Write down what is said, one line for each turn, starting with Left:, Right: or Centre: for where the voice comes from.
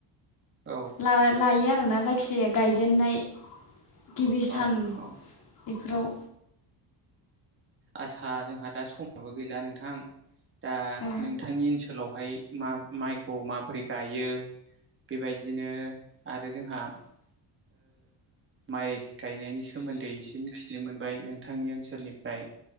Right: औ।
Left: लायो आरोना जायखिजाया गायजेन्नाय गिबि सान
Right: औ औ
Left: बेफोराव
Right: औ आसा जोंहा दा समाबो गैला नोंथां। दा
Left: औ
Right: नोंथांनि ओनसोलावहाय मा माइखौ माबोरै गायो। बे बायदिनो आरो जोंहा माइ गायनायनि सोमोन्दै। मिथिनो मोनबाय नोंथांनि ओनसोलनिफ्राय